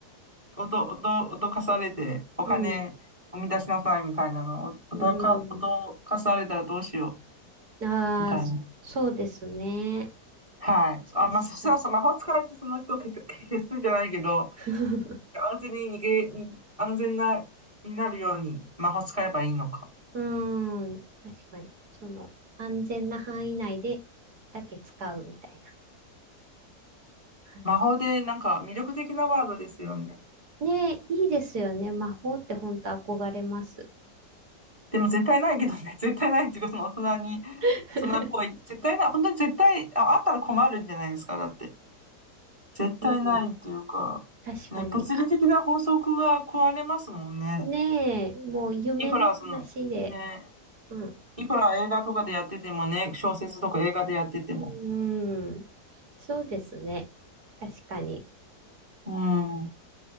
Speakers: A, on the right; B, on the right.
A: おど、おど、脅かされて、お金を生み出しなさいみたいなのを、
B: うん。
A: おどか、
B: うん。
A: 脅かされたらどうしよ
B: ああ、
A: うみたいな。
B: そそうですね。
A: はい。あ、
B: 確かに。
A: まあ、そしたらそ、魔法使いってその人を <laughs> 消す、消すじゃないけど、
B: <laughs>
A: 安全に逃げ、に、安全な、になるように魔法使えばいいのか。
B: うーん。確かに。その、安全な範囲内で、だけ使うみたいな感じ。
A: 魔法でなんか魅力的なワードですよね。
B: ねえ、いいですよね。魔法って本当憧れます。
A: でも絶対ないけどね、<laughs> 絶対ないっていうか、その大人に、
B: <laughs>
A: 大人っぽい。絶対ない、本当に絶対、あ、あったら困るんじゃないですか、だって。絶対ないっていうか、
B: うん。確かに。
A: ね、物理的な法則が壊れますもんね。
B: あ、ねえ、もう夢の話で。
A: いくらその、ね、
B: うん。
A: いくら映画とかでやっててもね、小説とか映画でやってても。
B: うん。そうですね。確かに。
A: うん。